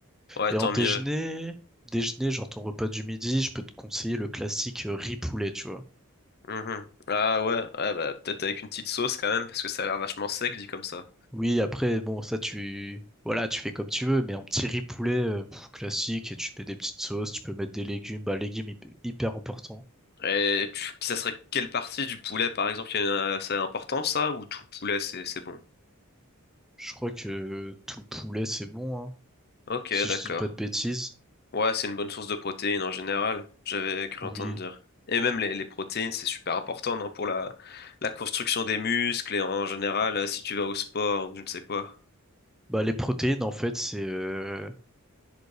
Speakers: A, on the left; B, in the centre.
A: Ouais,
B: Et
A: tant
B: en déjeuner,
A: mieux.
B: déjeuner, genre ton repas du midi, je peux te conseiller le classique euh, riz poulet, tu vois.
A: Mhm. Ah ouais, ouais bah, peut-être avec une petite sauce quand même, parce que ça a l'air vachement sec dit comme ça.
B: Oui, après, bon, ça, tu, voilà, tu fais comme tu veux, mais un petit riz poulet euh, pff, classique et tu mets des petites sauces, tu peux mettre des légumes, bah, légumes hy- hyper important.
A: Et tu- ça serait quelle partie du poulet, par exemple, qui a- ça important, ça, ou tout le poulet, c'est c'est bon?
B: Je crois que tout le poulet, c'est bon, hein,
A: Ok,
B: si
A: d'accord.
B: je dis pas de bêtises.
A: Ouais, c'est une bonne source de protéines en général, j'avais cru
B: Oui.
A: entendre dire. Et même les, les protéines, c'est super important, non, pour la, la construction des muscles et en général, euh, si tu vas au sport ou je ne sais quoi.
B: Bah, les protéines, en fait, c'est, euh,